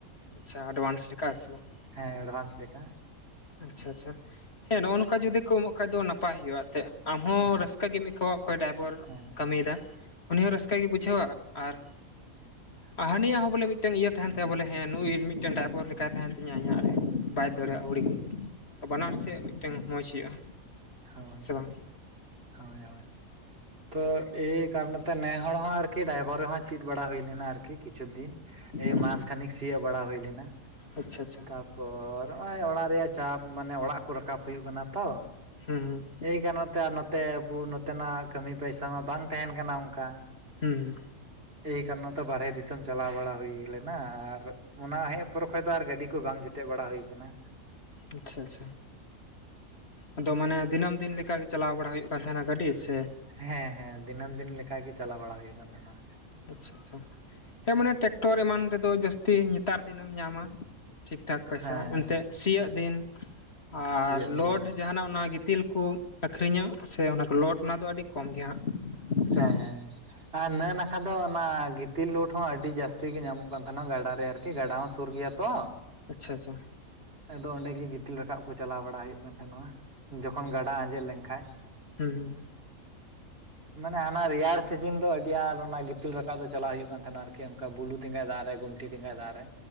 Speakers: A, on the left; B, on the right.
A: ᱟᱪᱪᱷᱟ ᱮᱰᱵᱷᱟᱱᱥ ᱞᱮᱠᱟ ᱦᱮᱸᱥᱮ ᱵᱟᱝ?
B: ᱦᱮᱸ ᱮᱰᱵᱷᱟᱱᱥ ᱞᱮᱠᱟ᱾
A: ᱟᱪᱪᱷᱟ ᱪᱷᱟ, ᱦᱮᱸ ᱱᱚᱜᱼᱚ ᱱᱚᱝᱠᱟ ᱡᱩᱫᱤ ᱠᱚ ᱮᱢᱚᱜ ᱠᱷᱟᱱ ᱫᱚ ᱱᱟᱯᱟᱭ ᱦᱩᱭᱩᱜᱼᱟ ᱮᱱᱛᱮᱫ᱾ ᱟᱢ ᱦᱚᱸ
B: ᱦᱮᱸ
A: ᱨᱟᱹᱥᱠᱟᱹ ᱜᱮᱢ ᱟᱹᱭᱠᱟᱹᱣᱟ ᱚᱠᱚᱭ ᱰᱟᱭᱵᱚᱨ
B: ᱦᱮᱸ
A: ᱠᱟᱹᱢᱤᱭᱫᱟ ᱩᱱᱤ ᱦᱚᱸ ᱨᱟᱹᱥᱠᱟᱹ ᱮ ᱵᱩᱡᱷᱟᱹᱣᱟ ᱟᱨ
B: ᱦᱩᱸ ᱟᱪᱪᱷᱟ᱾
A: ᱦᱟᱹᱱᱤᱭᱟ ᱦᱚᱸ ᱵᱚᱞᱮ ᱢᱤᱫᱴᱟᱝ ᱤᱭᱟᱹ ᱛᱟᱦᱮᱸᱱ ᱛᱟᱭᱟ ᱵᱚᱞᱮ ᱦᱮᱸ ᱱᱩᱭ ᱢᱤᱫᱴᱮᱱ ᱰᱟᱭᱵᱷᱚᱨ ᱞᱮᱠᱟᱭ ᱛᱟᱦᱮᱸᱱ ᱛᱤᱧᱟᱹ ᱤᱧᱟᱹᱜ ᱨᱮ᱾ ᱵᱟᱭ ᱫᱟᱲᱮᱭᱟᱜᱼᱟ
B: ᱦᱮᱸ
A: ᱟᱹᱣᱲᱤᱜ ᱜᱮ ᱵᱟᱱᱟᱨ
B: ᱦᱮᱸ
A: ᱥᱮᱫ ᱢᱤᱫᱴᱟᱝ ᱢᱚᱡ ᱦᱩᱭᱩᱜᱼᱟ
B: ᱦᱳᱭ
A: ᱥᱮ ᱵᱟᱝ?
B: ᱦᱳᱭ ᱦᱳᱭ᱾ ᱛᱚ ᱮᱭ ᱠᱟᱨᱚᱱ ᱛᱮ ᱱᱮ ᱦᱚᱲ ᱦᱚᱸ ᱟᱨᱠᱤ ᱰᱟᱭᱵᱷᱟᱨ ᱨᱮᱦᱚᱸ ᱪᱮᱫ ᱵᱟᱲᱟ ᱦᱩᱭ ᱞᱮᱱᱟ ᱟᱨᱠᱤ ᱠᱤᱪᱷᱩ ᱫᱤᱱ᱾ ᱮ
A: ᱟᱪᱪᱷᱟ
B: ᱢᱟᱥ ᱠᱷᱟᱱᱤᱠ ᱥᱤᱭᱚᱜ ᱵᱟᱲᱟ ᱦᱩᱭ ᱞᱮᱱᱟ᱾
A: ᱟᱪᱪᱷᱟ ᱪᱷᱟ᱾
B: ᱛᱟᱯᱚᱨ ᱱᱚᱜᱼᱚᱭ ᱚᱲᱟᱜ ᱨᱮᱭᱟᱜ ᱪᱟᱯ ᱢᱟᱱᱮ ᱚᱲᱟᱜ ᱠᱚ ᱨᱟᱠᱟᱵ ᱦᱩᱭᱩᱜ ᱠᱟᱱᱟ ᱛᱚ,
A: ᱦᱮᱸ ᱦᱩᱸ᱾
B: ᱮᱭ ᱠᱟᱨᱚᱱ ᱛᱮ ᱟᱨ ᱱᱚᱛᱮ ᱟᱵᱚ ᱱᱚᱛᱮᱱᱟᱜ ᱠᱟᱹᱢᱤ ᱯᱟᱭᱥᱟ ᱢᱟ ᱵᱟᱝ ᱛᱟᱦᱮᱸᱱ ᱠᱟᱱᱟ ᱚᱝᱠᱟ᱾
A: ᱦᱩᱸᱦᱩᱸ᱾
B: ᱮᱭ ᱠᱟᱨᱚ ᱱᱚᱛᱮ ᱵᱟᱨᱦᱮ ᱫᱤᱥᱚᱢ ᱪᱟᱞᱟᱣ ᱵᱟᱲᱟ ᱦᱩᱭ ᱞᱮᱱᱟ, ᱟᱨ ᱚᱱᱟ ᱦᱮᱡ ᱯᱚᱨᱮ ᱠᱷᱚᱱᱚᱡ ᱫᱚ ᱟᱨ ᱜᱟᱹᱰᱤ ᱠᱚ ᱵᱟᱝ ᱡᱮᱴᱮᱫ ᱵᱟᱲᱟ ᱦᱩᱭ ᱠᱟᱱᱟ᱾
A: ᱟᱪᱪᱷᱟ ᱟᱪᱪᱷᱟ᱾ ᱟᱫᱚ ᱢᱟᱱᱮ ᱫᱤᱱᱟᱹᱢ ᱫᱤᱱ ᱞᱮᱠᱟᱜᱮ ᱪᱟᱞᱟᱣ ᱵᱟᱲᱟ ᱦᱩᱭᱩᱜ ᱠᱟᱱ ᱛᱟᱦᱮᱸᱱᱟ ᱜᱟᱹᱰᱤ? ᱥᱮ
B: ᱦᱮᱸ ᱦᱮᱸ ᱫᱤᱱᱟᱹᱢ ᱫᱤᱱ ᱞᱮᱠᱟ ᱜᱮ ᱪᱟᱞᱟᱣ ᱵᱟᱲᱟ ᱦᱩᱭᱩᱜ ᱠᱟᱱ ᱛᱟᱦᱮᱸᱱᱟ᱾
A: ᱟᱪᱪᱷᱟ ᱟᱪᱪᱷᱟ ᱦᱮᱸ ᱢᱟᱱᱮ ᱴᱨᱟᱠᱴᱚᱨ ᱮᱢᱟᱱ ᱨᱮᱫᱚ ᱡᱟᱹᱥᱛᱤ ᱱᱮᱛᱟᱨ ᱫᱤᱱᱮᱢ ᱧᱟᱢᱟ᱾ ᱴᱷᱤᱠ ᱴᱷᱟᱠ ᱯᱚᱭᱥᱟ
B: ᱦᱮᱸ
A: ᱮᱱᱛᱮᱜ ᱥᱤᱭᱳᱜ
B: ᱦᱮᱸ
A: ᱫᱤᱱ᱾ ᱟᱨ
B: ᱥᱤᱭᱳᱜ
A: ᱞᱚᱰ
B: ᱫᱤᱱ
A: ᱡᱟᱦᱟᱸ ᱱᱟᱜ ᱚᱱᱟ ᱜᱤᱛᱤᱞ ᱠᱩ ᱟᱹᱠᱷᱨᱤᱧᱟ ᱥᱮ ᱚᱱᱟᱠᱚ ᱞᱚᱰ ᱚᱱᱟ ᱫᱚ ᱟᱹᱰᱤ ᱠᱚᱢ ᱜᱮᱭᱟ ᱦᱟᱸᱜ᱾ ᱥᱮ
B: ᱦᱮᱸ
A: ᱵᱟᱝ
B: ᱦᱮᱸ ᱟᱨ ᱱᱟᱹ ᱱᱟᱠᱷᱟ ᱫᱚ ᱚᱱᱟ ᱜᱤᱛᱤᱞ ᱞᱳᱰ ᱦᱚᱸ ᱟᱹᱰᱤ ᱡᱟᱹᱥᱛᱤ ᱜᱮ ᱧᱟᱢᱚᱜ ᱠᱟᱱ ᱛᱟᱦᱮᱱᱟ ᱜᱟᱰᱟ ᱨᱮ ᱟᱨ ᱠᱤ ᱜᱟᱰᱟ ᱦᱚᱸ ᱥᱩᱨ ᱜᱮᱭᱟ ᱛᱚ᱾
A: ᱟᱪᱪᱷᱟ ᱟᱪᱪᱷᱟ
B: ᱟᱫᱚ ᱚᱸᱰᱮ ᱜᱮ ᱜᱤᱛᱤᱞ ᱨᱟᱠᱟᱵ ᱠᱚ ᱪᱟᱞᱟᱣ ᱵᱟᱲᱟ ᱦᱩᱭᱩᱜ ᱠᱟᱱ ᱛᱟᱦᱱᱚᱜᱼᱟ, ᱡᱚᱠᱷᱚᱱ ᱜᱟᱰᱟ ᱟᱸᱡᱮᱫ ᱞᱮᱱᱠᱷᱟᱡ᱾
A: ᱦᱩᱸ ᱦᱩᱸ
B: ᱢᱟᱱᱮ ᱦᱟᱱᱟ ᱨᱮᱭᱟᱲ ᱥᱤᱡᱤᱱ ᱫᱚ ᱟᱹᱰᱤ ᱟᱴ ᱚᱱᱟ ᱜᱤᱛᱤᱞ ᱨᱟᱠᱟᱵ ᱫᱚ ᱪᱟᱞᱟᱜ ᱦᱩᱭᱩᱜ ᱠᱟᱱ ᱛᱟᱦᱮᱸᱱᱟ ᱟᱨᱠᱤ, ᱚᱱᱠᱟ ᱵᱩᱞᱩ ᱛᱮᱸᱜᱚᱡ ᱫᱟᱜ ᱨᱮ ᱜᱩᱱ ᱴᱤ ᱴᱤᱸᱜᱟ ᱫᱟᱜ ᱨᱮ᱾